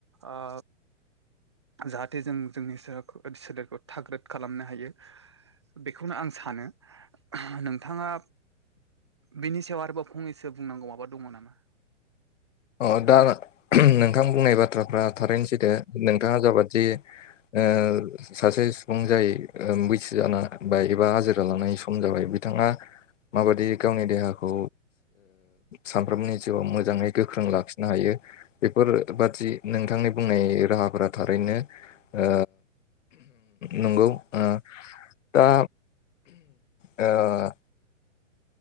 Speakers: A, on the right; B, on the left.
A: ओ जाहाथे जों जोंनि सो सोलेरखौ थाग्रोद खालामनो हायो। बेखौनो आं सानो नोंथाङा बिनि सायाव आरोबाव फंनैसो बुंनांगौ माबा दङ नामा?
B: अ दा नोंथां बुंनाय बाथ्राफ्रा थारैनो सैथो नोंथाङा जाबादि ओ सासे सुबुं जाय बैसो जानाय एबा हाजिरा लानाय सम जाबाय बिथाङा माबादि गावनि देहाखौ सानफ्रोमबोनि जिउआव मोजां मोजाङै गोख्रों लाखिनो हायो बेफोर बादि नोंथांनि बुंनाय राहाफोरा थारैनो ओ नंगौ ओ दा ओ